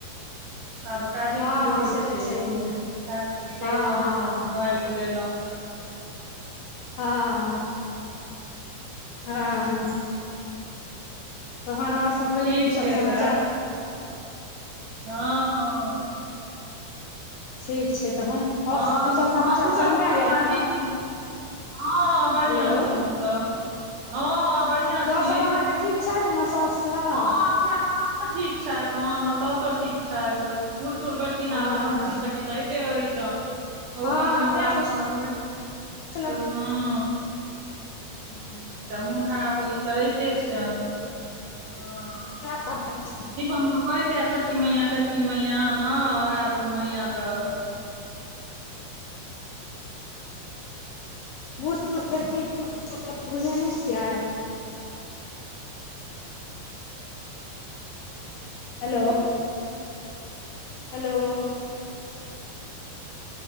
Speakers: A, on the right; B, on the left.
A: आब काजे
B: हँ
A: की रहै
B: से
A: छै
B: तऽ छैहे
A: टी वी
B: हँ
A: देखलहुँ
B: हँ
A: मोबाइल चलेलहुँं
B: हँ हँ
A: हँ
B: तहन आओर
A: हं
B: सब कहियौ
A: ठीक
B: कुशल
A: छै
B: समाचार
A: तऽ राख हँ हँ
B: ठीक छै तहन आओर
A: हँ
B: सब कुशल
A: हँ
B: समाचार
A: कस समचार
B: सब बढ़िआँ यऽ ने
A: ठीक छी हँ हँ बढ़िआँ
B: हेलो
A: छी हमसभ हँ हँ बढ़िआँ
B: साउस
A: छी
B: सब अहाँके ठीक छथि ने सास सब
A: हँ हमर सासो ठीक छथि हँ हमर साउसो ठीक छथि बुढ़ सूढ़ भेलखिन
B: हँ
A: आब हरदम किछस किछ होयत कते रहै छौ
B: हँ
A: ओ बीच मे
B: तैं
A: बाबू मर
B: पुछलौं
A: हँ ह्म तऽ मोन खराब ओहि दिन स रहिते छनि हं
B: <unintelligible>
A: शिवम सभ कहैते छोटकी मैया छोटकी मैया आना उएह मैया द
B: बुढ़ सुढ भेलखिन बुढ़ सुढ त बुझे नहि छियै हेलो हेलो